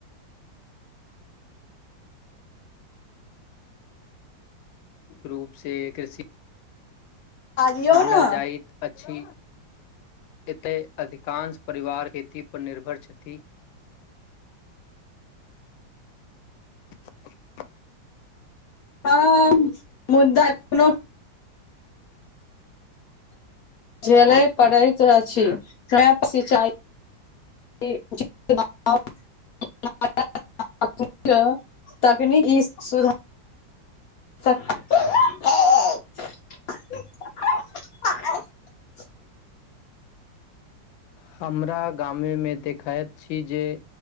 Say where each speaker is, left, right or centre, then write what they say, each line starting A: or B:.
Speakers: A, on the left; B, on the left.
A: रूपसँ कृषि
B: आजियौ
A: मानाल
B: ने
A: जाइत अछि एतय अधिकांश परिवार खेती पर निर्भर छथि <inaudible> <inaudible>
B: हँ मुद्दा कोनो झेलय पड़ैत अछि स्व सिंचाइ <unintelligible> <unintelligible> तकनीकी सुधार <unintelligible>
A: हमरा गामे मे देखैत छी जे